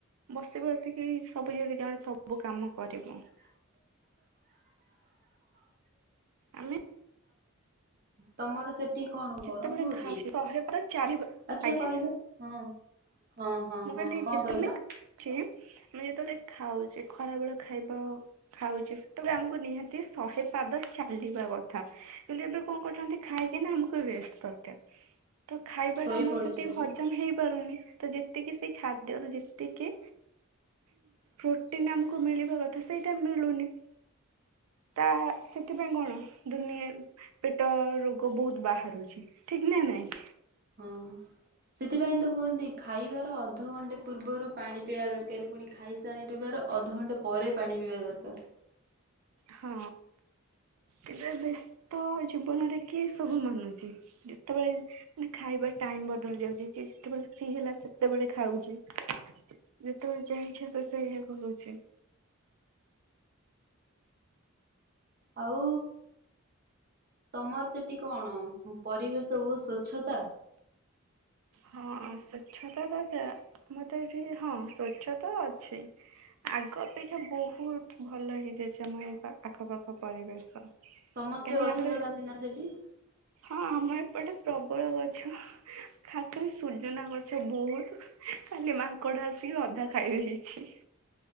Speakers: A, on the right; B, on the right.
A: ବସି ବସିକି ସବୁ ଯଦି ଜଣେ ସବୁ କାମ କରିବ।
B: <inaudible>
A: ଆମେ
B: ତମର ସେ ସେଠି କଣ ଗରମ
A: ଯେତେବେଳେ
B: ହଉଛି
A: ଖାଉଛେ ଶହେ ବାର ଚାରିବା
B: ଆଚ୍ଛା
A: ଆଜ୍ଞା
B: କହିଲ ହଁ ହଁ ହଁ
A: ମୁଁ
B: ହଁ
A: କହିଲି
B: କଣ
A: ଯେତେବେଳେ
B: କହିଲ?
A: ଆମେ ଯେତେବେଳେ ଖାଉଛେ ଖରାବେଳେ ଖାଇବା ଖାଉଛେ ସେତେବେଳେ ଆମକୁ ନିହାତି ଶହେ ପାଦ ଚାଲିବା କଥା କିନ୍ତୁ ଏବେ କଣ କରୁଛନ୍ତି ଖାଇକି ନା ଆମେ ରେଷ୍ଟ ଦରକାର ତ ଖାଇବାଟା
B: ଶୋଇ
A: ଆମର
B: ପଡୁଛନ୍ତି
A: ସେତିକି ହଜମ ହେଇପାରୁନି ତ ଯେତିକି ସେଇ ଖାଦ୍ୟରୁ ଯେତିକି ପ୍ରୋଟିନ୍ ଆମକୁ ମିଳିବା କଥା ସେଇଟା ମିଳୁନି ତା ସେଥିପାଇଁ କଣ ଦୁନିଆ ପେଟରୋଗ ବହୁତ ବହୁତ ବାହାରୁଛି। ବାହାରୁଛି ଠିକ୍ ନା ନାଇଁ
B: ହଁ। ସେଥିପାଇଁ ତ କୁହନ୍ତି ଖାଇବାର ଅଧଘଣ୍ଟେ ପୂର୍ବରୁ ପାଣି ପିଇବା ଦରକାର ଫୁଣି ଖାଇସାରିବାର ଅଧଘଣ୍ଟେ ପରେ ପାଣି ପିଇବା ଦରକାର।
A: ହଁ କେବେ ବେଶ ତ ଜୀବନରେ କିଏ ସବୁ ମାନୁଚି ଯେତେବେଳେ ଖାଇବା ଟାଇମ୍ ବଦଳି ଯାଉଚି ଯିଏ ଯେତେବେଳେ ଫ୍ରି ହେଲା ସେତେବେଳେ ଖାଉଚି। ଯେତେବେଳେ ଯାହା ଇଚ୍ଛା ସେ ସେଇଆ କରୁଛି।
B: ଆଉ ତମର ସେଠି କଣ ପରିବେଶ ବୋହୁତ ସ୍ଵଚ୍ଛତା?
A: ହଁ ସ୍ୱଚ୍ଛତା ତ ଯା ମଁ ତ ଏଇଠି ହଁ ସ୍ଵଚ୍ଛତା ଅଛି। ଆଗ ଅପେକ୍ଷା ବୋହୁତ ଭଲ ହେଇଯାଇଚି। ଆମ ଏଇ ପା ଆଖ ପାଖ ପରିବେଶ।
B: ସମସ୍ତେ
A: କାହିଁକିନା
B: ଗଛ
A: ଆମର
B: ଲଗାନ୍ତି ନା ସେଠି?
A: ହଁ ଆମ ଏପଟେ ପ୍ରବଳ ଗଛ। ଖାସ୍ କରିକି ସୁଯୁନା ଗଛ ବୋହୁତ କାଲି ମାଙ୍କଡ ଆସିକି ଅଧା ଖାଇ ଦେଇଛି।